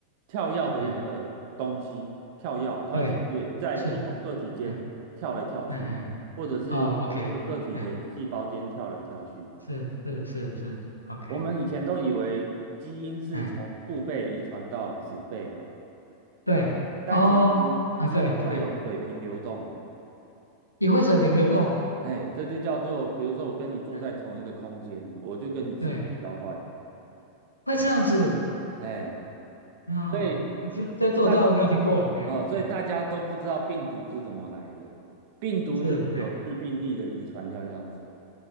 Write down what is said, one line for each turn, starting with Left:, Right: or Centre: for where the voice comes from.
Right: 跳药的一个东西，
Left: 哎，
Right: 跳药它会跳跃在不同个体间跳来跳去，
Left: 对，是，嗯嗯嗯，哎
Right: 或者是同一个个体的细胞间跳来跳去。
Left: 哦，OK，哎，是是是是，OK，
Right: 我们以前都以为基因是从父辈遗传到子辈嘛，
Left: 哎。对，
Right: 但其实基因会有水平流动，
Left: 哦，啊对，哎，也会水平流动，
Right: 哎，这就叫做，比如说我跟你坐在同一个空间，
Left: 嗯，
Right: 我就跟你基因交换，
Left: 对，会这样子，
Right: 哎，
Left: 哦，
Right: 所以。
Left: 这这这我倒没有听过，
Right: 嗯。那
Left: 哎哎，
Right: 哦，所以大家都不知道病毒是怎么来的，病毒就是有致病力的遗传跳药子
Left: 是，哎，